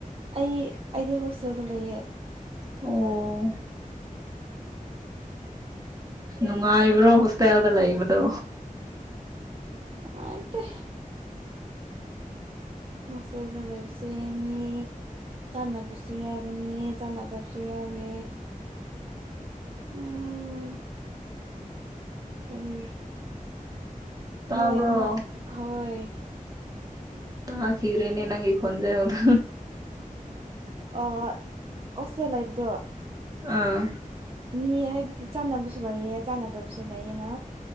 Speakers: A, on the right (about 40°); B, on the right (about 25°).
A: ꯑꯩ ꯑꯩꯗꯤ ꯍꯣꯁꯇꯦꯜꯗ ꯂꯩꯌꯦ
B: ꯑꯣ ꯅꯨꯡꯉꯥꯏꯕ꯭ꯔꯣ ꯍꯣꯁꯇꯦꯜꯗ ꯂꯩꯕꯗꯣ
A: ꯅꯨꯡꯉꯥꯏꯇꯦ ꯍꯣꯁꯇꯦꯜꯗ ꯂꯩꯕꯁꯤ ꯃꯤ ꯆꯥꯟꯅꯕꯁꯨ ꯌꯥꯎꯒꯅꯤ ꯆꯥꯟꯅꯗꯕꯁꯨ ꯌꯥꯎꯋꯦ ꯎꯝ <unintelligible>
B: ꯇꯥꯕ꯭ꯔꯣ
A: ꯃꯣꯏ ꯑꯃ ꯍꯣꯏ
B: ꯇꯥꯈꯤꯗ꯭ꯔꯦꯅꯦ ꯅꯪ ꯈꯣꯟꯆꯦꯜꯗꯨ
A: ꯑ ꯑꯣꯁ <unintelligible> ꯂꯩꯕꯗꯣ
B: ꯑꯥ
A: ꯃꯤ ꯍꯥꯏꯕꯗꯤ ꯆꯥꯟꯅꯕꯁꯨ ꯂꯩꯌ‌ꯦ ꯆꯥꯟꯅꯗꯕꯁꯨ ꯂꯩꯌꯦꯅ